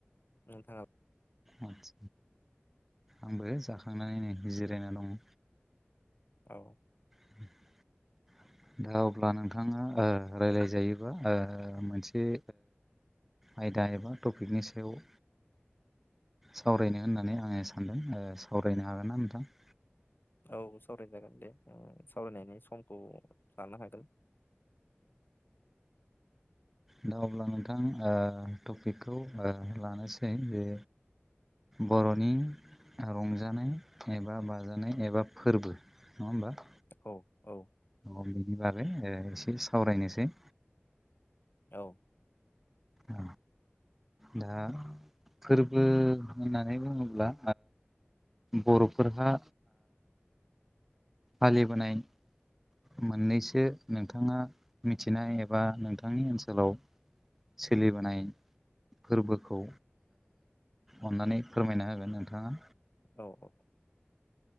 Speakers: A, on the left (about 50°); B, in the centre.
A: नोंथाङा।
B: आद आंबो जाखांनानैनोै जिरायना दङ।
A: औ।
B: <inaudible> दा अब्ला नोंथाङा राय्लायजायोबा मोनसे आयदा एबा टपिकनि सायाव सावरायनो होननानै आङो सानदों सावरायनो हागोन ना नोंथां।
A: औ सावरायजागोन दे सावरायनायनि समखौ लानो हागोन।
B: द दा अब्ला नोंथां टपिकखौ लानोसै बे बर'नि रंजानाय एबा बाजानाय एबा फोरबो नङा होमबा?
A: औ औ।
B: अ बेनि बागै एसे सावरायनोसै।
A: औ।
B: औ। दा फोरबो होननानै बुङोब्ला। बर'फोरहा फालि बोनायनि मोननैसो नोंथाङा मिथिनाय एबा नोंथांनि ओनसोलाव सोलिबोनाय फोरबोखौ अननानै फोरमायना होगोन नोंथाङा
A: औ औ।